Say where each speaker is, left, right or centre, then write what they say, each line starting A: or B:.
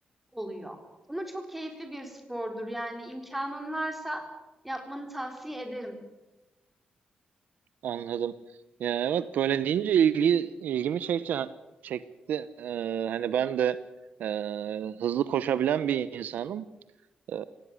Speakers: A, in the centre; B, on the right (about 80°).
A: oluyor. Ama çok keyifli bir spordur. Yani imkanın varsa yapmanı tavsiye ederim.
B: Anladım. Ya evet böyle deyince ilgi ilgimi çekti çekti. Ee, hani ben de e, hızlı koşabilen bir insanım. Ee,